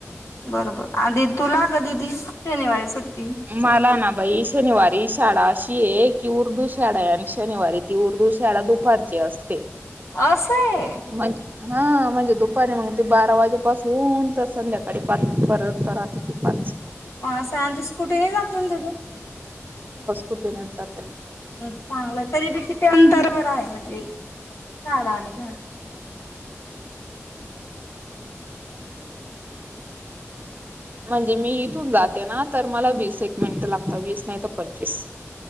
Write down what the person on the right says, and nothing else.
मला ना भाई शनिवारी शाळात अशी आहे की उर्दू शाळा आहे आणि शनिवारी ती उर्दू शाळा दुपारची असते.
मज हा. म्हणजे दुपारी मग ते बारा वाजेपासून तर संध्याकाळी पाचपर्यंत राहते त पाच
उत्तीनन चात्र
म्हणजे मी इथून जाते ना, तर मला वीस एक मिनिट लागत, वीस नाही तर पंचवीस.